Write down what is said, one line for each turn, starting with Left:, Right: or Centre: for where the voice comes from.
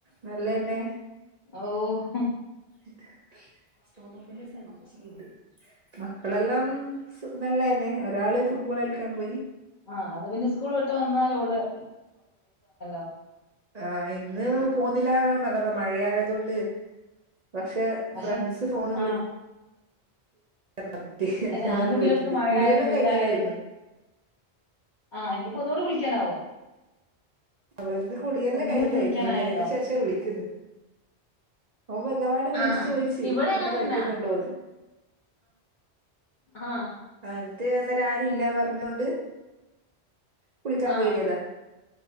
Right: നല്ലെന്നെ
Left: ഓഹ
Right: ഇ സ്റ്റോറൂമില സൈഡ ഇ മക്കളെല്ലാം സുഖംനല്ലതന്നെ ഒരാള് ഫുട്ബോൾ കളിക്കാൻ പോയി
Left: ആഹ് അത് പിന്നെ സ്കൂൾ വിട്ട് വന്നാൽ ഓടും <unintelligible>
Right: ആഹ ഇന്ന് പോന്നില്ല പറഞ്ഞു മഴയായതുകൊണ്ട് പക്ഷെ
Left: പക്ഷെ
Right: ഫ്രണ്ട്സ് ഫോണ വിളി
Left: ആ
Right: മറ്റേ എന്നട്ട്
Left: അയിന്
Right: അങ്ങനെ
Left: ആൺകുട്ടികൾക്ക്
Right: പോയിട്ടുണ്ട്
Left: മഴ
Right: കുളിയെല്ലാം
Left: ആയാലും വെയിലായാലും
Right: കഴിഞ്ഞതായിരുന്നു
Left: ആ ഇനിയിപ്പോ ഒന്നുകൂടി കുളിക്കാനാ വോ
Right: അവന്ന് കുളിയല്ല
Left: ഒന്നും
Right: കഴിഞ്ഞതായിരുന്നു
Left: കൂടി കുളിക്കാനായല്ലോ
Right: അതിന് ശേഷം വിളിക്കുന്നു അവൻ എന്ന വിളിച്ചു
Left: ആ
Right: ചോയിച്ചു
Left: ഇവിടെ അങ്ങനെ
Right: ഇന്ന് കളിക്കുന്നുണ്ടോന്ന്
Left: തന്നാ ആഹ
Right: അട്ട അന്നേരം ആരും ഇല്ല പറഞ്ഞൊണ്ട് കുളിക്കാൻ
Left: ആ
Right: കറിയതാ